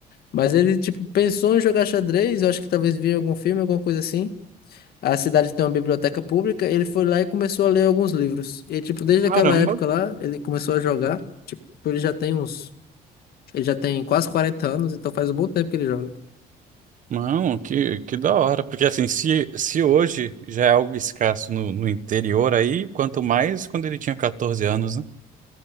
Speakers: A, on the left; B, on the right.
A: Mas ele, tipo, pensou em jogar xadrez. Eu acho que talvez via algum filme, alguma coisa assim. A cidade tem uma biblioteca pública. Ele foi lá e começou a ler alguns livros. E, tipo, desde
B: Caramba.
A: aquela época lá, ele começou a jogar. Tipo, ele já tem uns. Ele já tem quase 40 anos, então faz um bom tempo que ele joga.
B: Não, que, que da hora. Porque assim, se, se hoje já é algo escasso no, no interior aí, quanto mais quando ele tinha 14 anos, né?